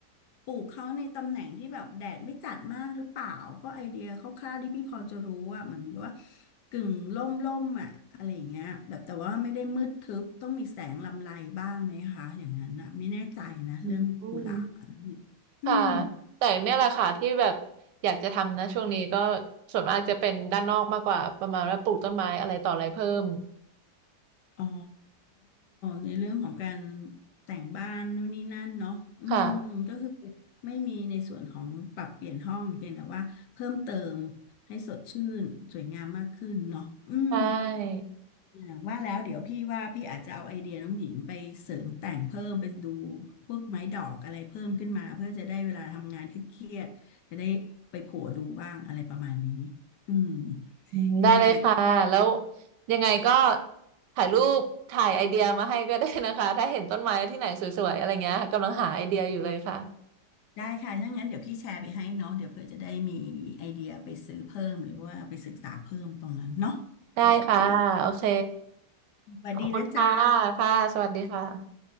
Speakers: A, on the left (about 75°); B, on the right (about 80°).
A: ปลูกเขาในตำแหน่งที่แบบแดดไม่จัดมากหรือเปล่าเพราะไอเดียคร่าวๆที่พี่พอจะรู้อะมันก็ว่ากึ่งร่มร่มอะอะไรอย่างเงี้ยแบบแต่ว่าไม่ได้มืดทึบต้องมีแสงลำไรบ้างไหมคะอย่างนั้นอะไม่แน่ใจนะเรื่องกุหลาบอะ
B: อืม
A: อืม
B: ค่ะแต่เนี่ยแหละค่ะที่แบบอยากจะทำนะช่วงนี้ก็ส่วนมากจะเป็นด้านนอกมากกว่าประมาณว่าปลูกต้นไม้อะไรต่ออะไรเพิ่ม
A: อ๋อในเรื่องของการแต่งบ้านนู่นนี่นั่นเนาะอืมก็คือ
B: ค่ะ
A: ไม่มีในส่วนของปรับเปลี่ยนห้องเพียงแต่ว่าเพิ่มเติมให้สดชื่นสวยงามมากขึ้นเนาะอืม
B: ใช่
A: อย่างว่าแล้วเดี๋ยวพี่ว่าพี่อาจจะเอาไอเดียน้องหญิงไปเสริมแต่งเพิ่มไปดูพวกไม้ดอกอะไรเพิ่มขึ้นมาเพื่อจะได้เวลาทำงานเครียดๆจะได้ไปโผล่ดูบ้างอะไรประมาณนี้อืม
B: อืมได้เลยค่ะแล้ว
A: ยังไง
B: ยังไงก็ถ่ายรูปถ่ายไอเดียมาให้ก็ได้นะคะ <laughs> ถ้าเห็นต้นไม้ที่ไหนสวยๆอะไรเงี้ยกำลังหาไอเดียอยู่เลยค่ะ
A: ได้ค่ะถ้างั้นเดี๋ยวพี่แชร์ไปให้เนาะเดี๋ยวเผื่อจะได้มีไอเดียไปซื้อเพิ่มหรือว่าไปศึกษาเพิ่มตรงนั้นเนาะโอเค
B: ได้ค่ะโอเค
A: สวัสดีนะจ๊ะ
B: ขอบคุณค่ะค่ะสวัสดีค่ะ